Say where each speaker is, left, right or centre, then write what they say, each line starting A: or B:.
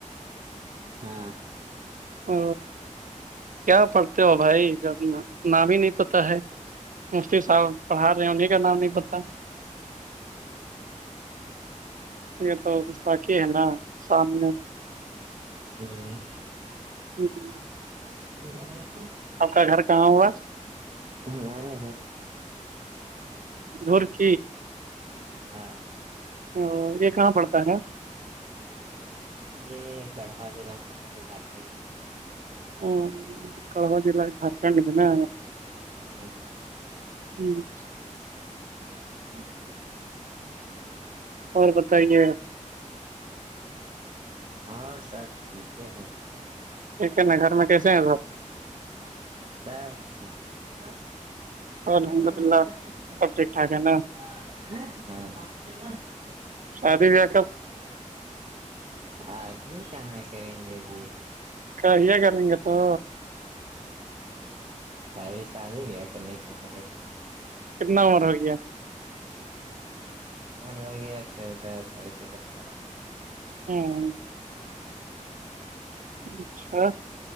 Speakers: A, on the right (about 45°); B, on the right (about 90°).
A: ہاں
B: ا کیا پڑھتے ہو بھائی جب نام ہی نہیں پتا ہے مفتی صاحب پڑھا رہے ہیں انہیں کا نام نہیں پتا <unintelligible> یہ تو باقی ہے نا شام میں
A: <unintelligible>
B: جی جی
A: <unintelligible>
B: آپ کا گھر کہاں ہوا
A: ہمارا
B: دورچ
A: ہاں
B: ا یہ کہاں پڑتا ہے
A: یہ چڑھوا ضلع میں پڑتا ہے جھارکھنڈ میں
B: ہ کڑوا ج ل جارکھن دینا
A: ہوں
B: ہوں
A: <unintelligible>
B: اور بتائیے
A: اور سب ٹھیک ہے
B: ٹھ ہے ن گھر میں کیس ہیں سب
A: سب اچھے ہیں <unintelligible>
B: الحمد للہ سب ٹھیک ٹھاک ہے نا شادی بیا
A: آمی کہاں کریں گے جی
B: کیا یہ کریں گے تو
A: اری سادی بیا کرنے گوم
B: کتنا عمر ہوگیا
A: مر ہو گیا چودہ ساڑے چودہ اپ مارا
B: ہوں
A: <unintelligible>
B: اچھا